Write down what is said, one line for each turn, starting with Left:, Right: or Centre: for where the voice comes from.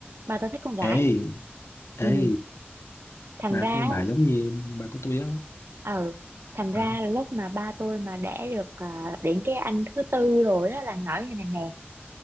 Right: ba tôi thích con gái
Left: ê
Right: ừ.
Left: ê
Right: thành
Left: ba
Right: ra
Left: của bà giống như ba của tôi á
Right: ừ thành ra
Left: à,
Right: là lúc mà ba tôi mà đẻ được ờ, đến cái anh thứ tư rồi đó là nói như này nè